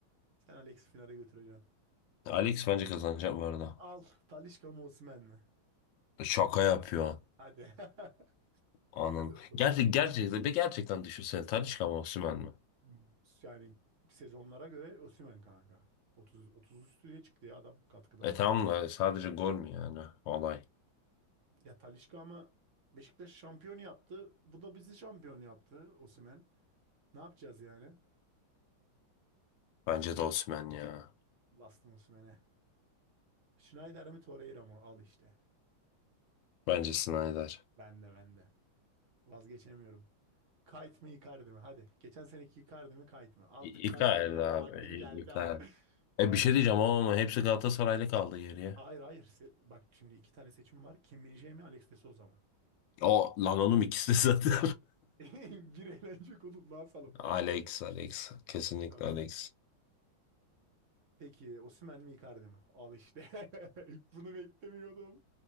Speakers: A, on the right (about 55°); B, on the left (about 75°).
A: Sen Alex'i finale götüreceksin.
B: Alex bence kazanacak bu arada.
A: Al Talisca mı Osimhen mi?
B: Şaka yapıyor.
A: Hadi. <laughs>
B: Anın.
A: Hadi oğlum.
B: Gerçek, gerçekten, be gerçekten düşünsene. Talisca mı Osimhen
A: Ha-
B: mi?
A: Yani sezonlara göre Osimhen kanka. 30 30 üstüye çıktı ya adam katkıda.
B: E tamam da sadece gol mü yani? Olay.
A: Ya Talisca ama Beşiktaş şampiyon yaptı. Bu da bizi şampiyon yaptı Osimhen. Ne yapacağız yani?
B: Bence de Osimhen ya.
A: Bastım Osimhen'e. Schneider mi Torreira mı? Al işte.
B: Bence Schneider.
A: bende bende Vazgeçemiyorum. Kite mi Icardi mi? Hadi. Geçen seneki Icardi mi Kite mi? Artık
B: İ- Icardi
A: Kite'e el hava
B: abi.
A: vaktin geldi
B: İ- Icardi.
A: ha. <laughs>
B: E
A: Harbiden.
B: bir şey diyeceğim ama ama hepsi Galatasaraylı kaldı geriye.
A: Hayır hayır. Se- Bak şimdi iki tane seçim var. Kim Min-jae mi Alex de Souza mı?
B: O lan oğlum ikisi de zaten.
A: <laughs> Bir eğlenecek oğlum ne yapalım?
B: <laughs> Alex, Alex. Kesinlikle
A: Tamam.
B: Alex.
A: Peki Osimhen mi Icardi mi? Al işte. <laughs> Bunu beklemiyordum.